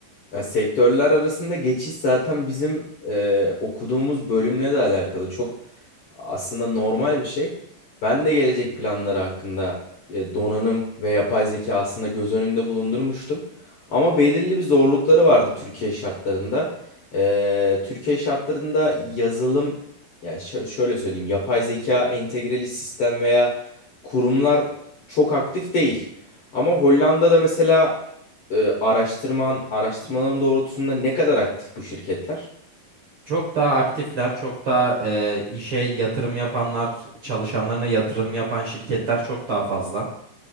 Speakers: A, on the left; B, on the right.
A: Ya sektörler arasında geçiş zaten bizim e, okuduğumuz bölümle de alakalı. Çok aslında normal bir şey. Ben de gelecek planları hakkında e, donanım ve yapay zeka aslında göz önünde bulundurmuştum. Ama belirli bir zorlukları vardı Türkiye şartlarında. E, Türkiye şartlarında yazılım, yani şö- şöyle söyleyeyim, yapay zeka entegreli sistem veya kurumlar çok aktif değil. Ama Hollanda'da mesela e, araştırman, araştırmaların doğrultusunda ne kadar aktif bu şirketler?
B: Çok daha aktifler, çok daha e, işe yatırım yapanlar, çalışanlarına yatırım yapan şirketler çok daha fazla.